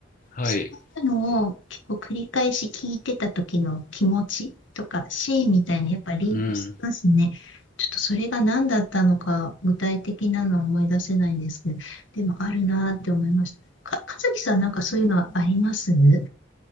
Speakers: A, on the left; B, on the left.
A: はい。
B: そういうのを結構繰り返し聞いてた時の気持ちとかシーンみたいにやっぱリンクしますね。
A: うん。
B: ちょっとそれが何だったのか具体的なのは思い出せないんですけど、でもあるなーって思いました。か、かずきさんなんかそういうのはありますな